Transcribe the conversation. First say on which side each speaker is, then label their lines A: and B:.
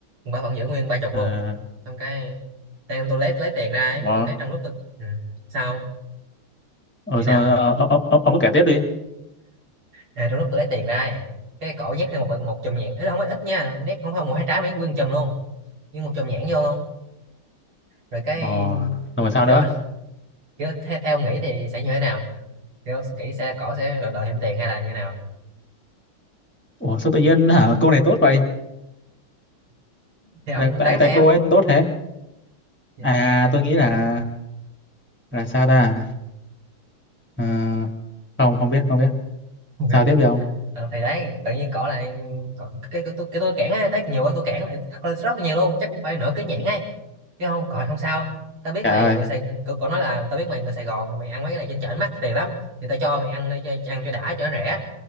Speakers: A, on the right; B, in the centre.
A: bà vẫn giữ nguyên ba chục luôn
B: À,
A: xong cái đang tôi lấy lấy tiền ra ấy,
B: ủa,
A: xong cái trong lúc tôi ừ, sao
B: ừ,
A: như
B: xong
A: nào
B: rồi, ờ, ờ, ờ, ông cứ kể tiếp đi.
A: à, trong lúc tôi lấy tiền ra ấy, cái cổ nhét thêm một một chùm nhãn ấy là không phải ít nha nét không không một hai trái mấy nguyên chùm luôn nhưng một chùm nhãn vô luôn rồi cái
B: ờ xong rồi sao
A: kiểu
B: nữa?
A: <laughs> kiểu theo, theo ông nghĩ thì sẽ như thế nào kiểu nghĩ sẽ cổ sẽ đòi, đòi thêm tiền hay là như nào
B: Ủa, sao tự nhiên hả? Cô này tốt vậy?
A: thì ông
B: Là tại
A: đoán
B: tại
A: xem
B: cô ấy tốt thế?
A: Dạ,
B: À, tôi nghĩ là là sao ta Ờ, không không biết không biết
A: Nguyên-
B: sao tiếp
A: nguyên-
B: được không
A: ờ, thì đấy tự nhiên cỏ lại cỏ, cái cái tôi cái tôi cản ấy, thấy nhiều quá tôi cản lại thật là rất là nhiều luôn chắc cũng phải nửa cái nhãn ấy chứ không còn không sao tao biết
B: trời
A: mày
B: ơi
A: người Sài cậu, cậu nói là tao biết mày người Sài Gòn mày ăn mấy cái này trên chợ nó mắc tiền lắm thì tao cho mày ăn đây cho, cho ăn cho đã cho nó rẻ